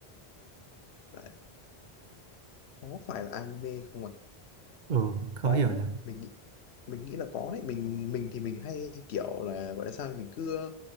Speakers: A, on the left; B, on the right.
A: phải có phải là anime không ạ
B: ừ khó
A: có
B: hiểu
A: đấy
B: nhỉ
A: mình nghĩ- mình nghĩ là có đấy mình mình thì mình hay kiểu là gọi là sao mình cứ